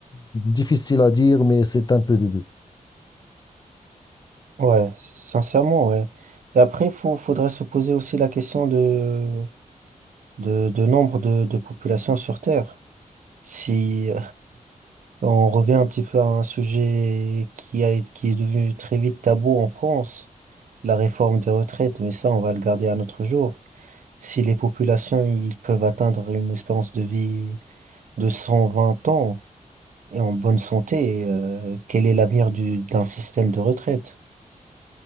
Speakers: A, on the left; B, on the right.
A: difficile à dire, mais c'est un peu des deux.
B: ouais, s- sincèrement, ouais. Et après, faut, faudrait se poser aussi la question de, de, de nombre de, de populations sur Terre. Si, On revient un petit peu à un sujet qui a, qui est devenu très vite tabou en France, la réforme des retraites, mais ça, on va le garder à notre jour. Si les populations, ils peuvent atteindre une espérance de vie de 120 ans et en bonne santé, euh, quel est l'avenir du, d'un système de retraite?